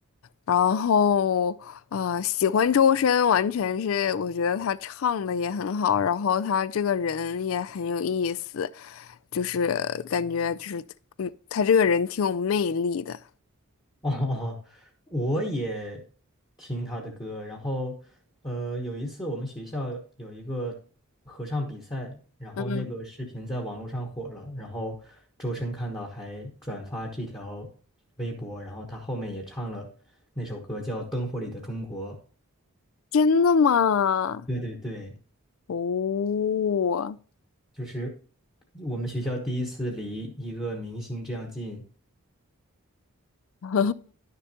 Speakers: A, on the left; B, on the left.
A: 然后，啊，喜欢周深完全是我觉得他唱的也很好，然后他这个人也很有意思，就是感觉就是。他这个人挺有魅力的。
B: <laughs> 哦，我也听他的歌，然后，呃，有一次我们学校有一个合唱比赛，然后那个视频在网络上火了，
A: 嗯，
B: 然后周深看到还转发这条微博，然后他后面也唱了那首歌叫《灯火里的中国》。
A: 真的吗？
B: 对对对，
A: 哦，
B: 就是我们学校第一次离一个明星这样近，
A: <laughs>